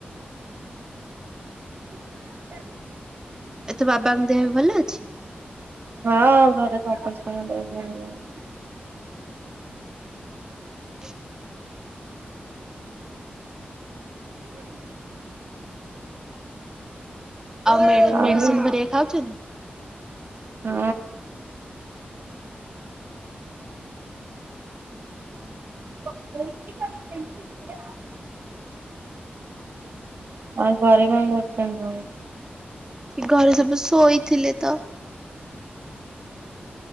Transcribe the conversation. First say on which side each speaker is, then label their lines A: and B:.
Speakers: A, on the right; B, on the right.
A: <inaudible>
B: ଏ ତୋ ବାବାଙ୍କ ଦେହ ଏବେ ଭଲ ଅଛି?
A: ହଁ ଘରେ <unintelligible>
B: <inaudible>
A: <inaudible>
B: ଆଉ ମେଡ଼ି
A: ଆଉ
B: ମେଡିସିନ ହେରିକା ଖାଉଛନ୍ତି।
A: ତ <unintelligible> ଆଉ ଘରେ କଣ କରୁଛନ୍ତି ସବୁ
B: ଘରେ ସବୁ ଶୋଇଥିଲେ ତ।